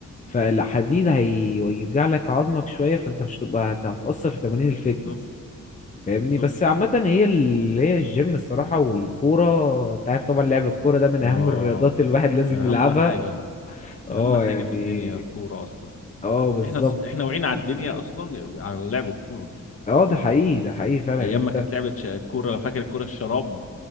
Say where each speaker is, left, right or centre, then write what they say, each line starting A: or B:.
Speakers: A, on the left; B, on the left.
A: فالحديد هيوجع لك عظمك شوية فانت مش هتبقى هت- هتأثر في تمارين الفتنس
B: بالظبط
A: فاهمني
B: بالظبط
A: بس عامة هي اللي هي الجيم الصراحة والكورة انت عارف طبعا لعب الكورة ده من
B: اه
A: أهم الرياضات الواحد لازم
B: ده اهم
A: يلعبها
B: حاجه
A: اه
B: اهم حاجه
A: يعني
B: في الدنيا الكوره اصلا
A: اه بالظبط
B: احنا ص- احنا وعينا على الدنيا اصلا على لعب الكوره
A: اه ده حقيقي ده حقيقي فعلا
B: ايام
A: انت
B: ما كانت لعبه ش... كوره فاكر الكوره الشراب